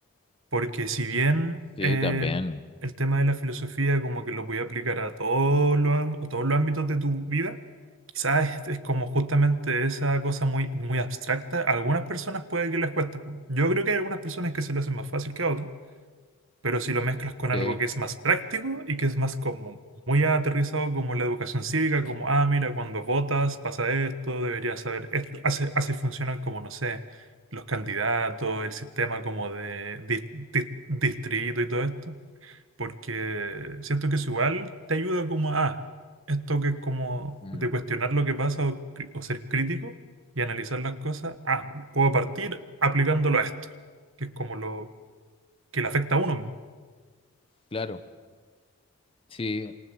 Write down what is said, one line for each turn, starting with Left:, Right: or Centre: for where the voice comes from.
Right: Porque si bien
Left: sí,
Right: el,
Left: también,
Right: el tema de la filosofía como que lo voy a aplicar a todos los, ang- a todos los ámbitos de tu vida, quizás es, es como justamente esa cosa muy, muy abstracta. A algunas personas puede que les cueste. Yo creo que hay algunas personas que se lo hacen más fácil que a otras. Pero si lo mezclas con algo
Left: sí,
Right: que es más práctico y que es más como muy aterrizado como la educación cívica, como, ah, mira, cuando votas pasa esto, deberías saber esto, así, así funcionan como, no sé, los candidatos, el sistema como de dis- dis- distrito y todo esto, porque siento que eso igual te ayuda como a, ah, esto que es como
Left: mm,
Right: de cuestionar lo que pasa o, cri- o ser crítico y analizar las cosas, ah, puedo partir aplicándolo a esto, que es como lo que le afecta a uno.
Left: claro. Sí,